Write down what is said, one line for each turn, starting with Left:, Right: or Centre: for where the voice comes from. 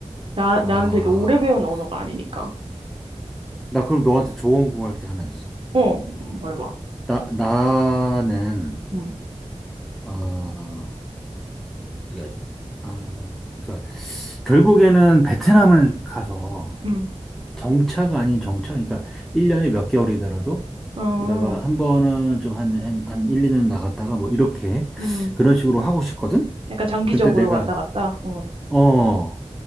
Right: 나, 나는
Centre: 아,
Right: 되게 오래 배운 언어가 아니니까.
Centre: 나 그럼 너한테 조언 구할 게 하나 있어.
Right: 어, 음, 말해봐.
Centre: 나, 나는,
Right: 음,
Centre: 아, 이게, 아, 그러니까 결국에는 베트남을 가서
Right: 음,
Centre: 정차가 아닌 정차? 그러니까 1년에 몇 개월이더라도
Right: 어,
Centre: 그러다가 한 번은 좀 한, 한, 한 1, 2년 나갔다가 뭐 이렇게
Right: 음.
Centre: 그런 식으로 하고 싶거든?
Right: 약간 장기적으로
Centre: 근데 내가
Right: 왔다 갔다. 어,
Centre: 어,